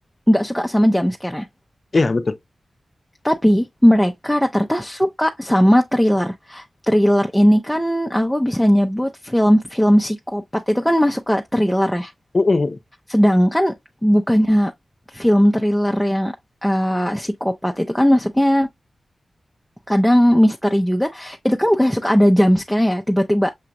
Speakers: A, in the centre; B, on the left.
A: nggak suka sama jump scare-nya.
B: Iya betul.
A: Tapi mereka rata-rata suka sama thriller. Thriller ini kan aku bisa nyebut film-film psikopat itu kan masuk ke thriller ya.
B: Mm-mm.
A: Sedangkan bukannya film thriller yang eh, psikopat itu kan masuknya kadang misteri juga itu kan bukan suka ada jump scare ya tiba-tiba